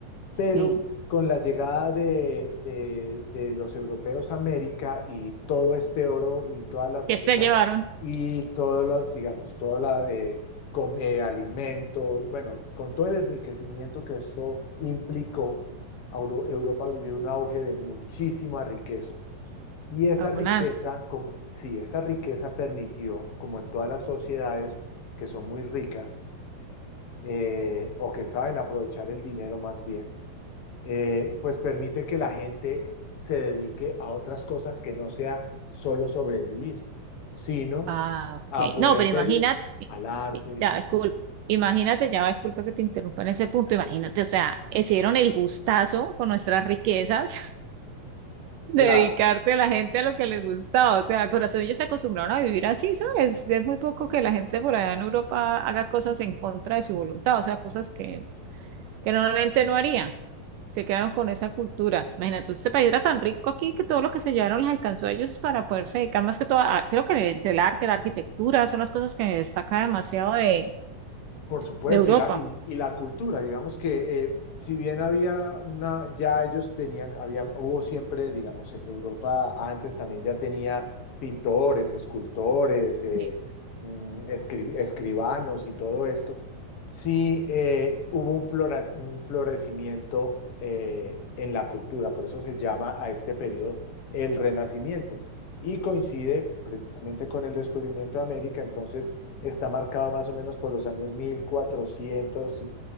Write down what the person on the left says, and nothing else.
pero con la llegada de, de, de los europeos a América y todo este oro y todas las riquezas
y todos los, digamos, toda la de come- alimentos, bueno, con todo el enriquecimiento que esto implicó, Auro- Europa vivió un auge de muchísima riqueza. Y esa
riqueza, como, sí, esa riqueza permitió, como en todas las sociedades que son muy ricas eh, o que saben aprovechar el dinero más bien, eh, pues permite que la gente se dedique a otras cosas que no sea solo sobrevivir, sino
a poder
dedicar
al arte,
aquí,
claro.
Por supuesto,
y la, y, y la cultura, digamos que eh, si bien había una, ya ellos venían, había, hubo siempre, digamos, eh, Europa antes también ya tenía pintores, escultores,
eh, mm, escri- escribanos y todo esto, sí eh, hubo un, flora- un florecimiento eh, en la cultura, por eso se llama a este periodo el Renacimiento, y coincide precisamente con el descubrimiento de América, entonces está marcado más o menos por los años mil cuatrocientos